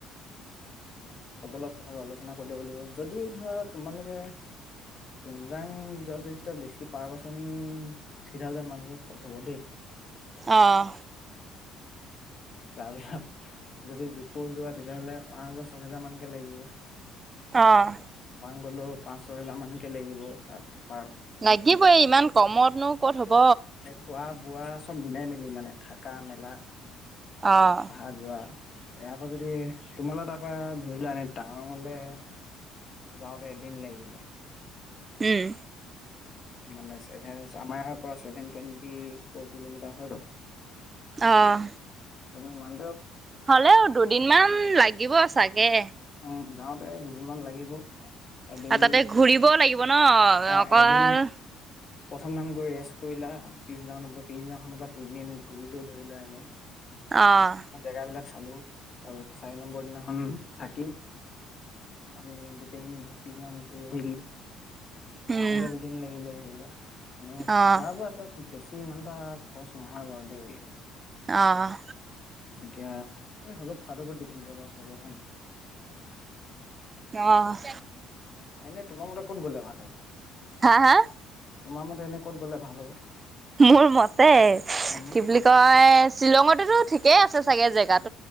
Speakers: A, on the left; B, on the right.
A: চবৰ লগত কথাটো আলোচনা কৰিলে বুলিও যদি ধৰা, তোমালোকে তুমজাং যোৱা জৰিত বেছি পাৰ পাৰ্চন থ্ৰী থাউজেণ্ড মানকে খৰচ হ'ব দেই।
B: অহ।
A: তাৰপিছত যদি জুকোৰ যোৰা তেতিয়াহ'লে পাঁচহেজাৰ ছয়হেজাৰ মানকে লাগিব।
B: অহ।
A: ক'লেও পাঁচ ছহেজাৰমানকে লাগিব তাত।
B: লাগিবই ইমান কমতনো ক'ত হ'ব।
A: এ খোৱা বোৱা চব মিলাই মেলি মানে। থাকা মেল লা।
B: অ'।
A: অহা যোৱা। ইয়াৰ পৰা যদিহ তোমালৰ তাৰপা ধৰি লোৱা এনে টাৱাংৱলে যাওঁতে এদিন লাগিলে।
B: উম।
A: তেমানে চেভেন আছে, আমাৰ ইয়াৰ পৰা চেভেন টুৱেন্টি ফৰ কিলোমিটাৰ হয়তো।
B: অহ।
A: চবে মান
B: হ'লেও দুদিনমান লাগিব চাগে।
A: অ' যাওঁতে দুদিনমান লাগিব। এদিন
B: আৰু তাতে ঘূৰিবও লাগিব ন
A: অ'
B: অকল।
A: এদিন প্ৰথম নাম গৈ ৰেষ্ট কৰিলা, পিছদিনা নম্বৰ পিছদিনাখনৰ পৰা তিনিদিন ঘূৰিলো ধৰিলোৱা এনে,
B: অহ।
A: জেগাবিলাক চালো তাৰপিছত চাৰি নম্বৰ দিনাখন থাকি আমি গোটেইখিনি ঘূতিনাম ঘূৰি আহিলো।
B: উম।
A: আহোঁতে দুদিন লাগিলে ধৰি লহ <unintelligible> মই
B: অ',
A: খোৱাবোৱাত আৰু কি বেছি ইমানটা খৰচ নহয় বাৰু দেই।
B: অ'।
A: এতিয়া, এই হ'লেও খোৱাৰটো ওপৰত ডিপেণ্ড কৰিব থ'ব হয়নে,
B: অহ।
A: এনে তোমাৰ মতে ক'ত গ'লে ভাল হ'ব? <inaudible>
B: হা, হা।
A: তোমাৰ মতে এনেই ক'ত গ'লে ভাল হ'ব?
B: মোৰ মতে
A: উম
B: কি বুলি কয়, শ্বিলঙত, ঠিকেই আছে চাগে জেগাত,